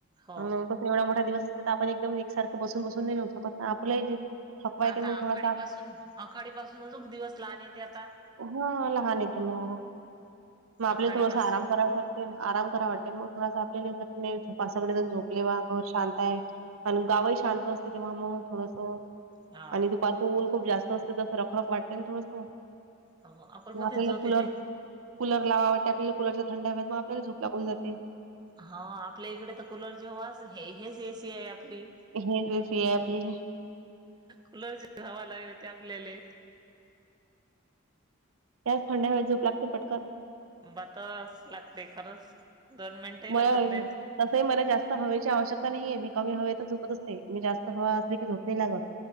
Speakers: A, on the right; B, on the right.
A: हो.
B: अ कसं एवढा मोठा दिवस असते तर, आपण एकदम एकसारखं बसून बसून नाही राहू शकत ना. आपलं ही थकवा येतना
A: आता
B: मग
A: आखाडी
B: थोडासा.
A: पासून आखाडी पासूनच दिवस लहान येते आता.
B: हा लहान येते मग. म आपल्या
A: आखाडी
B: थोडस
A: पासून
B: आराम करायसाठी आराम करा वाटते ना. मग थोडासा आपल्याले बा सगळे जण झोपले किंवा घर शांत आहे. आणि गावही शांत असते तेव्हा मग थोडस
A: हा
B: आणि दुपारी ऊन खूप जास्त असते तसं रखरख वाटतेना थोडसं.
A: हो आपण
B: मग
A: मध्ये
B: आपल्याला
A: झोप
B: कूलर
A: येते.
B: कूलर लावा वाटते आपल्याला कूलरच्या थंड हव्यात मग आपल्याला झूप लागून जाते
A: हा आपल्या इकडे तर कुलर जेव्हा हे हेच एसी आहे आपली
B: हेच ए सी आहे आपली.
A: कुलरचे हवा ला होते आपल्याले
B: त्या थड्याेळे झोप लागते पटक
A: बात लागते खरंच दोन मिनटं ह
B: मला
A: लागत नाहीत
B: तसंही मला जास्त हवेची आवश्यकता नाहीये मी कमी हवेेत झोपत असते मी जास्त हवा असली की झोप नाही लागत